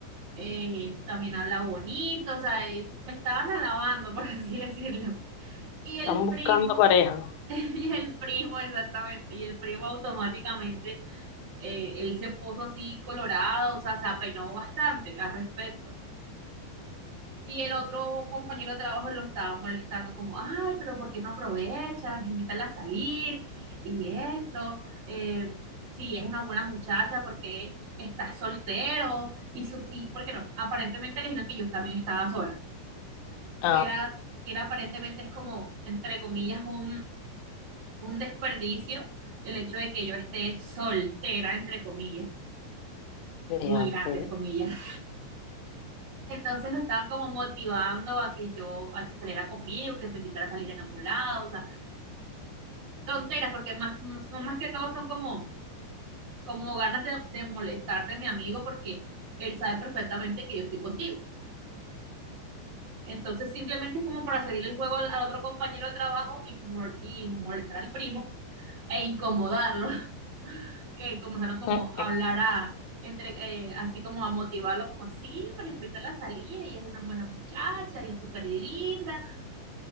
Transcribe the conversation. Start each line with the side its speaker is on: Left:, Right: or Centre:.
Right: eh, también habla bonito, o sea, y me estaban alabando, por así <laughs> decirlo. Y
Left: Están
Right: el
Left: buscando
Right: primo,
Left: pareja.
Right: <laughs> y el primo exactamente, y el primo automáticamente, eh, él se puso así colorado, o sea, se apenó bastante al respecto. Y el otro compañero de trabajo lo estaba molestando como, ay, pero ¿por qué no aprovechas? Invítala a salir y esto. Eh, si es una buena muchacha, porque estás soltero? Y, su, y ¿por qué no? Aparentemente le dijeron que yo también estaba sola,
Left: Ah,
Right: que era, que era aparentemente es como, entre comillas, un un desperdicio el hecho de que yo esté soltera, entre comillas,
Left: vea,
Right: muy
Left: pues.
Right: grandes comillas. Entonces lo estaban como motivando a que yo, a que saliera conmigo, que me invitara a salir en algún lado, o sea, tonteras, porque más, son- más que todo son como, como ganas de, de molestar de mi amigo porque él sabe perfectamente que yo estoy contigo. Entonces simplemente es como para seguir el juego al, al otro compañero de trabajo y, y molestar al primo e incomodarlo. que comenzaron como
Left: Mm,
Right: a hablar a, entre, eh, así como a motivarlo, como sí, para invitarla a salir, ella es una buena muchacha, ella es súper linda,